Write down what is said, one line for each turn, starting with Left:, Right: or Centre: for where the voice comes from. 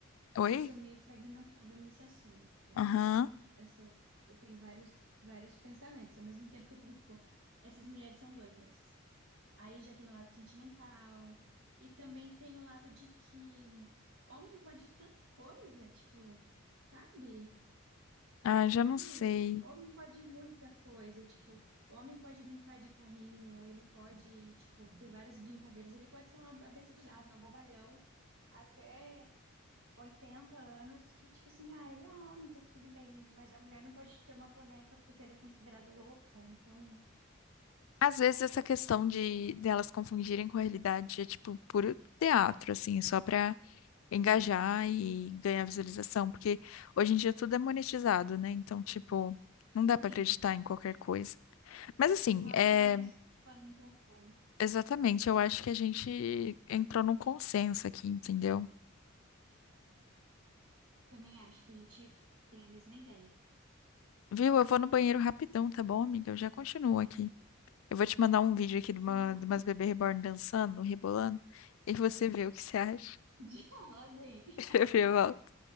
Left: Oi?
Right: eu sou meio fragmentada nesse assunto.
Left: Aham.
Right: Eu sou, eu tenho vários, vários pensamentos. Ao mesmo tempo que eu fico tipo, essas mulheres são doidas. Aí já tem o lado sentimental e também tem o lado de que homem pode tanta coisa, tipo, sabe?
Left: Ah, já não
Right: Ai,
Left: sei.
Right: homem pode muita coisa, tipo, o homem pode brincar de carrinho, ele pode, tipo, ter várias brincadeiras, ele pode ser um abestalhado, um bobalhão, até 80 anos, que, tipo assim, ah, ele é homem, tá tudo bem, mas a mulher não pode ter uma boneca porque ela é considerada louca, então,
Left: Às vezes essa questão de delas confundirem com a realidade é tipo puro teatro, assim, só pra engajar e ganhar visualização, porque hoje em dia tudo é monetizado, né? Então, tipo, não
Right: Sim,
Left: dá pra acreditar em qualquer coisa. Mas assim,
Right: igual
Left: é
Right: a Virginia falando no microfone.
Left: exatamente, eu acho que a gente entrou num consenso aqui, entendeu?
Right: Também acho que a gente tem a mesma ideia.
Left: Viu? Eu vou no banheiro rapidão, tá bom, amiga? Eu já continuo aqui. Eu vou te mandar um vídeo aqui de, uma,
Right: Tá bom.
Left: de umas bebê reborn dançando, rebolando, e você vê o que você acha.
Right: <laughs> Fala vem
Left: <laughs> Eu volto.